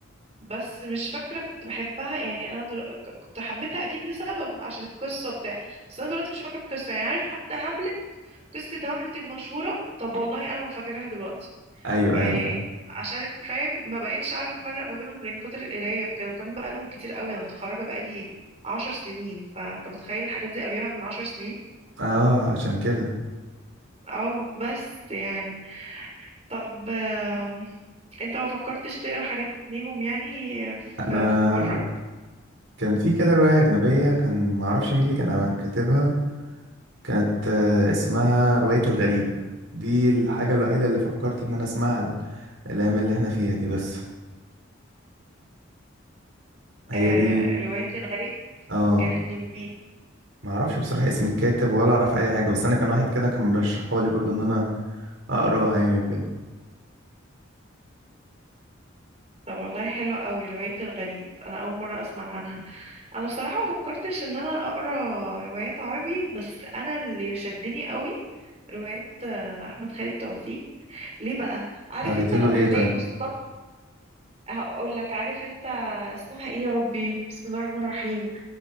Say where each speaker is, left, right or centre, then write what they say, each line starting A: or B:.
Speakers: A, on the right; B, on the right.
A: بس مش فاكرة كنت بحبها يعني أنا دل... كنت حبيتها أكيد لسبب عشان القصة وبتاع بس أنا دلوقتي مش فاكرة القصة يعني عارف حتى هاملت قصة هاملت المشهورة طب والله أنا ما فاكراها دلوقتي
B: ايوه
A: يعني
B: ايوه فاهم
A: عشان فاهم ما بقتش عارفه افرق ما بينهم من كتر القرايه وكده وكمان بقى لهم كتير قوي انا متخرجه بقى لي 10 سنين فانت متخيل الحاجات دي قريها من 10 سنين
B: اه عشان كده
A: او بس يعني طب آم، انت ما فكرتش تقرا حاجات ليهم يعني في
B: انا
A: في مره
B: كان في كده رواية اجنبية كان معرفش مين اللي كان كاتبها كانت آه، اسمها رواية الغريب دي الحاجة الوحيدة اللي فكرت ان انا اسمعها ال- الايام اللي احنا فيها دي بس هي
A: آه،
B: دي
A: روايه الغريب
B: اه
A: كانت لمين
B: معرفش بصراحة اسم الكاتب ولا اعرف اي حاجة بس انا كان واحد كده كان مرشحها لي برضو ان انا اقراها يعني وكده
A: طب والله حلوة قوي رواية الغريب أنا أول مرة أسمع عنها أنا بصراحة ما فكرتش إن أنا أقرأ روايات عربي بس أنا اللي شدني قوي روايات آه، احمد خالد توفيق ليه بقى عارف
B: قريت
A: انت لما
B: له ايه
A: تلاقي
B: طيب
A: بص هقول لك عارف انت اسمها ايه يا ربي بسم الله الرحمن الرحيم